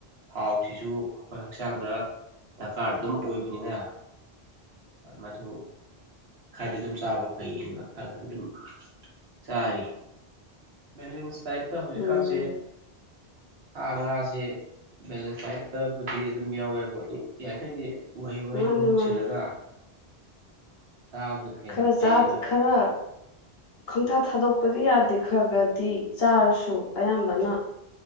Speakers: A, on the right; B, on the left.
A: ꯊꯥꯎꯁꯤꯁꯨ ꯑꯩꯈꯣꯏ ꯍꯛꯆꯥꯡꯗ ꯗꯔꯀꯥꯔ ꯗꯨꯝ ꯑꯣꯏꯕꯅꯤꯅ ꯃꯗꯨ꯫ ꯈꯔꯗꯤ ꯑꯗꯨꯝ ꯆꯥꯕ ꯐꯩꯌꯦꯅ ꯈꯔ ꯈꯔꯗꯤ ꯑꯗꯨꯝ ꯆꯥꯔꯤ ꯕꯦꯂꯦꯟꯁ ꯗꯥꯏꯠꯇ ꯍꯧꯖꯤꯛꯀꯥꯟꯁꯦ
B: ꯎꯝ
A: ꯁꯥ ꯉꯥꯁꯦ ꯕꯦꯂꯦꯟꯁ ꯗꯥꯏꯠꯇꯕꯨꯗꯤ ꯑꯗꯨꯝ ꯌꯥꯎꯋꯦꯕꯨ ꯑꯗꯨꯝ ꯌꯥꯔꯤꯈꯩꯗꯤ꯫ ꯎꯍꯩ ꯋꯥꯍꯩꯅ
B: ꯃꯥꯅꯤ
A: ꯃꯍꯨꯠ
B: ꯃꯥꯅꯤ
A: ꯁꯤꯜꯂꯒ꯫ ꯆꯥꯕꯗꯨꯅ ꯍꯦꯟꯅ
B: ꯈꯔ
A: ꯐꯩꯌꯦꯅ
B: ꯆꯥ ꯈꯔ ꯈꯪꯊꯥ ꯊꯥꯗꯣꯛ꯫ ꯊꯛꯄꯗꯤ ꯌꯥꯗꯦ ꯈꯔꯒꯗꯤ ꯆꯥꯔꯁꯨ ꯑꯌꯥꯝꯕꯅ